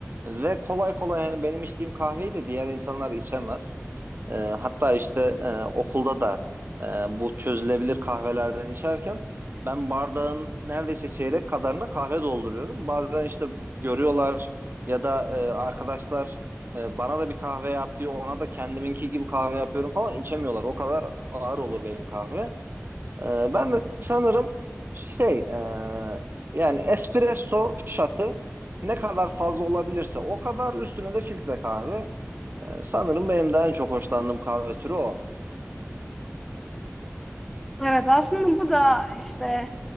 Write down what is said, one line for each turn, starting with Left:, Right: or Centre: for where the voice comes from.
Right: ve kolay kolay yani benim içtiğim kahveyi de diğer insanlar içemez. Ee, hatta işte e, okulda da e, bu çözülebilir kahvelerden içerken ben bardağın neredeyse çeyrek kadarına kahve dolduruyorum. Bazen işte görüyorlar ya da e, arkadaşlar e, bana da bir kahve yap diyor, ona da kendiminki gibi kahve yapıyorum falan içemiyorlar. O kadar ağır olur benim kahve. Ee, ben de sanırım şey e, yani espresso şatı ne kadar fazla olabilirse o kadar üstüne de filtre kahve. Ee, sanırım benim de en çok hoşlandığım kahve türü o.
Centre: Evet aslında bu da işte